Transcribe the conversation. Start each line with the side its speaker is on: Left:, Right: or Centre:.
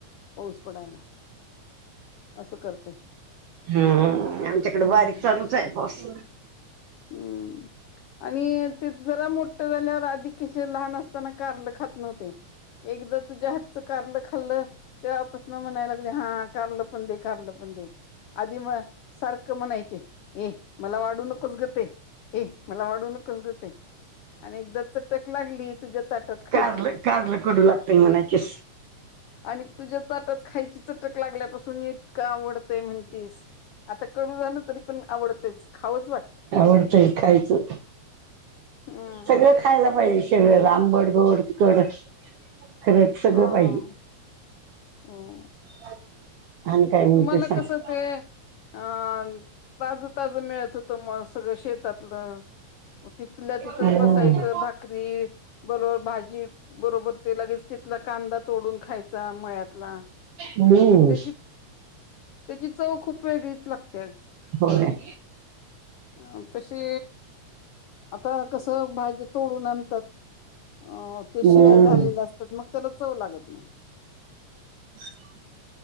Left: पाऊस पडायला असं करत
Right: हम्म आमच्याकडे
Left: हम्म
Right: बारीक चालूचं आहे पाऊस.
Left: हम्म आणि ते जरा मोठ्ठ झाल्यावर आधी कशी लहान असताना कारल खात नव्हते एकदा तुझ्या हातचं कारल खाल्लं तेव्हापासन म्हणायला लागले हा कारलं पण दे. कारलं पण दे आधी म सारखं म्हणायचे ए मला वाढू नकोस गं ते, ए मला वाढू नको <unintelligible> ते आणि एकदा चटक लागली, तुझ्या ताटात खायची
Right: कारलं कारलं <unintelligible>
Left: आणि तुझ्या ताटात खायची चटक लागल्यापासून इतकं, आवडतंय म्हणती, स आता कडू झालं तरी पण आवडतंयच, खावंच वाटतंय.
Right: खायचं खायचं
Left: हम्म
Right: सगळं खायला पाहिजे, <unintelligible> आंबट, गोड, तिखट खरं सगळं
Left: हम्म
Right: पाहिजे,
Left: हम्म
Right: <unintelligible> म्हणते
Left: तुम्हाला
Right: सांग
Left: कसं ते अ ताजं ताजं मिळत होत म, सगळं शेतातलं. तिथल्या तिथचं
Right: हम्म
Left: बसायचं, भाकरी एक बरोबर भाजी बरोबर ते लगेच तिथला कांदा, तोडून खायचा मळ्यातला.
Right: हम्म
Left: त्याची त्याची चव खूप वेगळीच लागते,
Right: होय.
Left: अ तशी आता कसं भाज्या तोडून आणतात अ ते
Right: हम्म
Left: शिळ्या झालेल्या असतात मग त्याला चव लागत नाही.
Right: <unintelligible>